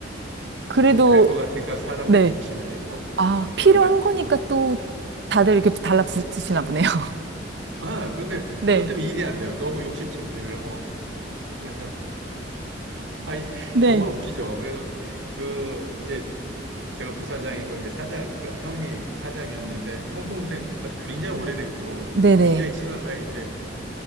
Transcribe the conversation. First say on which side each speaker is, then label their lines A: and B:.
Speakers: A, on the right; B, on the right.
A: 그래도,
B: 될 것 같으니까 사람들이
A: 네.
B: 욕심을 내고
A: 아,
B: 뭐
A: 필요한
B: 여러 가지.
A: 거니까
B: 어.
A: 또 다들 이렇게 달라붙으시나 보네요. <laughs>
B: 아, 근데
A: 네.
B: 그것 때문에 일이 안 돼요. 너무 욕심 챙기느라고. 그래서 아니 <laughs>
A: 네.
B: 정말 웃기죠. 그래서 그 이제 제가 부사장이고 이제 사장 그 형이 사장이었는데 형 동생 아, 굉장히 오래됐고
A: 네네.
B: 굉장히 친한 사이인데